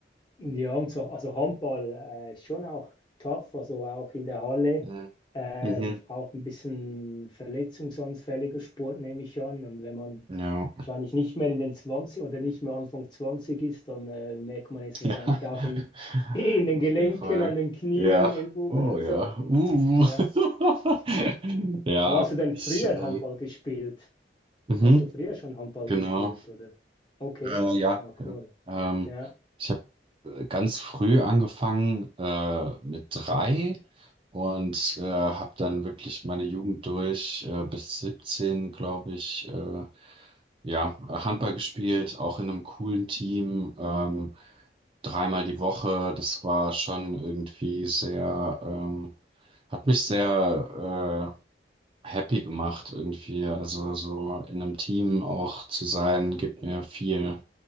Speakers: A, on the left; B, on the right.
A: ja, und so, also Handball äh, ist schon auch tough, also auch in der Halle,
B: Mhm.
A: äh,
B: Mhm.
A: auch ein bisschen verletzungsanfälliger Sport, nehme ich an. Und wenn man
B: Ja.
A: wahrscheinlich nicht mehr in den 20 oder nicht mehr Anfang 20 ist, dann äh, merkt man es wahrscheinlich
B: Ja, <laughs>
A: auch in, <laughs> in den
B: auf
A: Gelenken,
B: jeden Fall.
A: an den Knien,
B: Ja,
A: Ellbogen
B: oh
A: und
B: ja.
A: so.
B: Uh.
A: Ja.
B: <laughs> Ja,
A: Aber hast du denn
B: ich,
A: früher
B: äh,
A: Handball gespielt?
B: mhm.
A: Hast du früher schon Handball
B: Genau.
A: gespielt, oder? Okay,
B: Äh, ja,
A: ah,
B: ja.
A: cool.
B: Ähm,
A: Ja,
B: ich habe ganz früh angefangen äh, mit drei und äh, habe dann wirklich meine Jugend durch äh, bis 17, glaube ich, äh, Ja, Handball gespielt, auch in einem coolen Team, ähm, dreimal die Woche. Das war schon irgendwie sehr, ähm, hat mich sehr äh, happy gemacht irgendwie. Also so in einem Team auch zu sein, gibt mir viel.